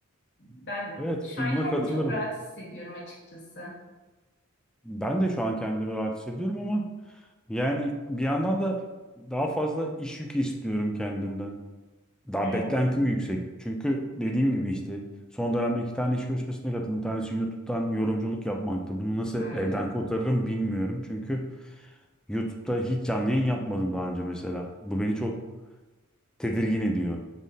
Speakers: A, on the left; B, in the centre.
A: Ben
B: Evet
A: şu
B: bu-
A: an
B: buna
A: kendimi
B: katılırım.
A: çok rahat hissediyorum açıkçası.
B: Ben de şu an kendimi rahat hissediyorum ama yani bir yandan da daha fazla iş yükü istiyorum kendimden. Daha
A: E,
B: beklentim yüksek. Çünkü dediğim gibi işte son dönemde iki tane iş görüşmesine katıldım. Bir tanesi YouTube'dan yorumculuk yapmaktı. Bunu nasıl
A: hı
B: elden
A: hı.
B: kotarırım bilmiyorum. Çünkü YouTube'da hiç canlı yayın yapmadım daha önce mesela. Bu beni çok tedirgin ediyor.